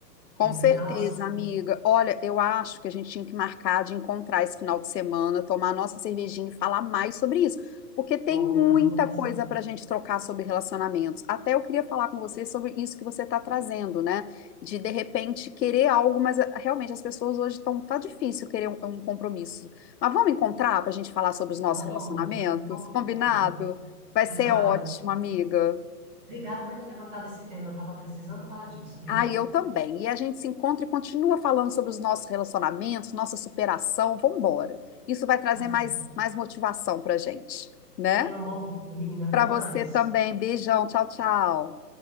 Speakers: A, on the left; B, on the right.
A: Com
B: Então,
A: certeza,
B: assim,
A: amiga. Olha, eu acho que a gente tinha que marcar de encontrar esse final de semana, tomar nossa cervejinha e falar mais sobre isso, porque tem
B: pronto,
A: muita
B: eu tô precisando.
A: coisa para a gente trocar sobre relacionamentos. Até eu queria falar com você sobre isso que você está trazendo, né? De de repente querer algo, mas ah, realmente as pessoas hoje estão tá difícil querer um, um compromisso. Mas vamos encontrar para a gente falar sobre os nossos
B: Vamos,
A: relacionamentos,
B: ai, com certeza.
A: combinado? Vai ser
B: Mas olha,
A: ótimo, amiga.
B: Obrigado por ter levantado esse tema. Eu estava precisando falar disso, viu?
A: Ah, e eu também. E a gente se encontra e continua falando sobre os nossos relacionamentos, nossa superação. Vamos embora. Isso vai trazer
B: Tá certo.
A: mais, mais motivação para gente, né?
B: Tenha um bom dia, linda. Até
A: Para
B: mais.
A: você também. Beijão. Tchau, tchau.